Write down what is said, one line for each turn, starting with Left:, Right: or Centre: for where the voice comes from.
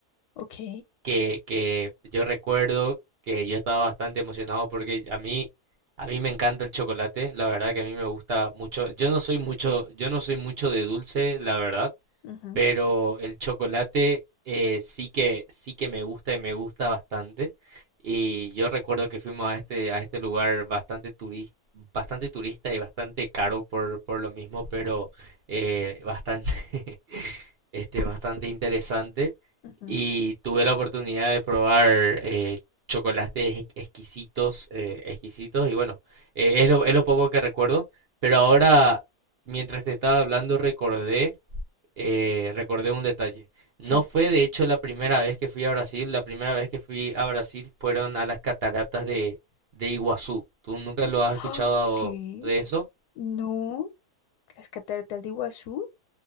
Left: Ok.
Right: que, que yo recuerdo que yo estaba bastante emocionado porque a mí, a mí me encanta el chocolate, la verdad que a mí me gusta mucho. Yo no soy mucho, yo no soy mucho de dulce, la verdad,
Left: Ujú,
Right: pero el chocolate eh, sí que, sí que me gusta y me gusta bastante. Y yo recuerdo que fuimos a este, a este lugar bastante turista, bastante turista y bastante caro por, por lo mismo, pero eh, bastante, <laughs> este, bastante interesante
Left: ujú,
Right: y tuve la oportunidad de probar eh, chocolates ex- exquisitos, eh, exquisitos y bueno, eh, es lo, es lo poco que recuerdo, pero ahora mientras te estaba hablando recordé, eh, recordé un detalle. No
Left: Sí.
Right: fue de hecho la primera vez que fui a Brasil, la primera vez que fui a Brasil fueron a las cataratas de, de Iguazú. ¿Tú nunca lo has escuchado
Left: ¡Ah! ¿Qué?
Right: de eso?
Left: No. Las cataratas de Iguazú.